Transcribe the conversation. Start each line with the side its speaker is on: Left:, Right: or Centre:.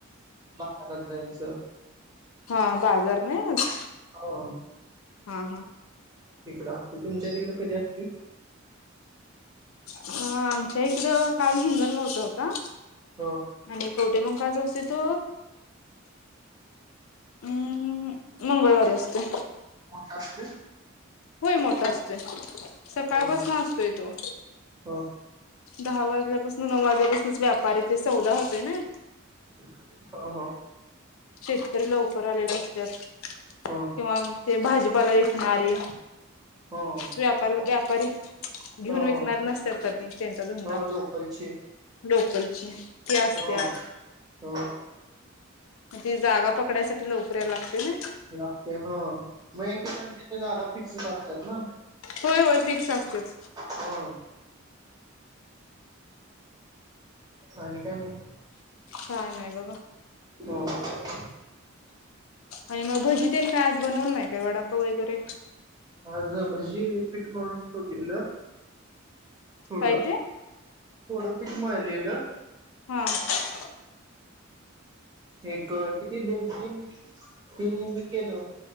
Right: <unintelligible> जायचं.
Left: हां. बाजार नाही आज.
Right: हो
Left: हा
Right: तिकड असतो. तुमच्या तिकडे कधी असतोय.
Left: अं आमच्या इकडे काल हिंगण ब हो का,
Right: हो
Left: आणि कवठेमंकाळचं‌ असतोय तो. हम्म.. मंगळवारी असतोय.
Right: कुठे असतोय?
Left: होय, मोठा असतोय. सकाळपासून
Right: हो
Left: असतोय तो,
Right: हो
Left: दहा वाजल्यापासून नऊ वाजल्यापासूनच व्यापारी ते सौदा होतंय नी.
Right: हा.. हा..
Left: शेतकरी लवकर आलेले असत्यात.
Right: हो.
Left: किंवा ते भाजीपाला विकणारी
Right: हो
Left: व्यापार -व्यापारी. घेऊन
Right: हो
Left: विकणार
Right: हो
Left: नसतात‌ ते, त्यांचा धंदा
Right: हो लोकलची
Left: लोकलची ती असतात.
Right: हो हो.
Left: मग ती जागा पकडायसाठी लवकर यायला लागते नी.
Right: लागते हो. मग एकेकांची जागा फिक्सच असत्यात ना.
Left: होय.. होय.. फिक्स असतेच.
Right: हो. आणि काय मग,
Left: काय नाही बघा
Right: हां..
Left: आणि मग भजी तेन काय, आज बनवलं नाही काय वडापाव वगैरे,
Right: आज भजी पिठं मळून ठेवलेलं. थोडं
Left: काय ते,
Right: थोडं पीठ मळलेलं.
Left: हां.
Right: एक किती दोन तीन, तीन केलो.